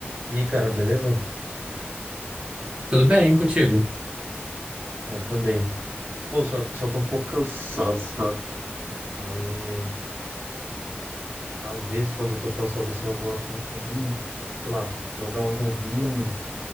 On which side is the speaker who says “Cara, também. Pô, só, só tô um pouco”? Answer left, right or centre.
Right